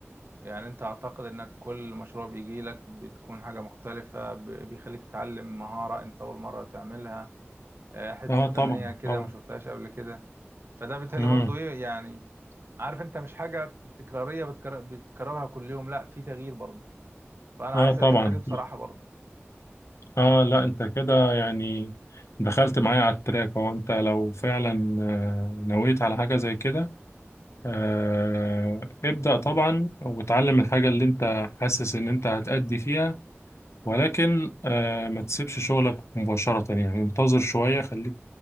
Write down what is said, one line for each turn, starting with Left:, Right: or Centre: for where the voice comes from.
Right: يعني انت اعتقد انك كل مشروع بيجي لك بتكون حاجه مختلفه ب... بيخليك تتعلم مهاره انت اول مره تعملها آه، حته
Left: اه
Right: فنيه
Left: طبعا
Right: كده
Left: طبعا
Right: ما شفتهاش قبل كده فده بالتالي
Left: مم.
Right: برضو ايه يعني عارف انت مش حاجه تكراريه بتكرر... بتكررها كل يوم لا في تغيير برضو فانا
Left: اه
Right: عايز
Left: طبعا
Right: الحته دي بصراحه برضو
Left: اه لا انت كده يعني دخلت معايا على التراك هو انت لو فعلا آه، نويت على حاجة زي كده آه، ابدأ طبعا وتعلم الحاجة اللي انت حاسس ان انت هتأدي فيها ولكن آه، ما تسيبش شغلك مباشرة يعني انتظر شوية خليك